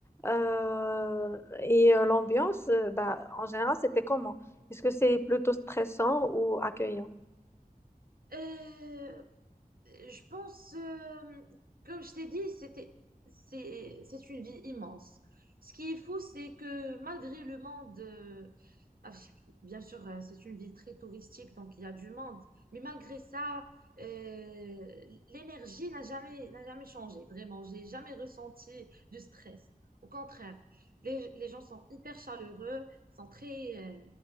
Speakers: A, on the left; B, on the right.
A: Euh, et euh, l'ambiance, euh, bah, en général, c'était comment? Est-ce que c'est plutôt stressant ou accueillant?
B: Euh, Euh, Je pense, euh, comme je t'ai dit, c'était, c'est, c'est une vie immense. Ce qui est fou, c'est que malgré le monde, euh, avec- bien sûr, euh, c'est une ville très touristique, donc il y a du monde, mais malgré ça, euh, l'énergie n'a jamais, n'a jamais changé, vraiment. J'ai jamais ressenti du stress. Au contraire, les, les gens sont hyper chaleureux, sont très, euh,